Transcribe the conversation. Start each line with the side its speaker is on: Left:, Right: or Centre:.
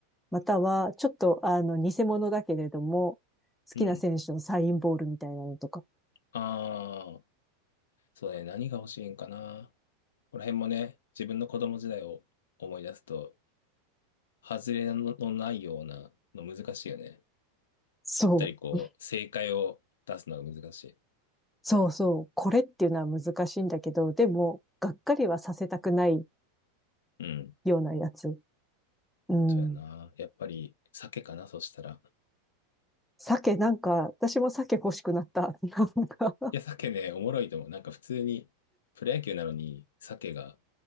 Centre: または、ちょっと、あの、偽物だけれども、好きな選手のサインボールみたいなのとか。
Left: うん。ああ、そうだね。何が欲しいんかな。この辺もね、自分の子供時代を思い出すと、外れののないようなの難しいよね。
Centre: そう。
Left: ぴったりこう、正解を出すのが難しい。
Centre: そうそう。これっていうのは難しいんだけど、でも、がっかりはさせたくない
Left: うん。
Centre: ようなやつ。うん。
Left: そうやな。やっぱり、鮭かな、そしたら。
Centre: 鮭なんか、私も鮭欲しくなった。<laughs> なんか、
Left: いや、鮭ね、おもろいと思う。なんか普通に、プロ野球なのに、鮭が、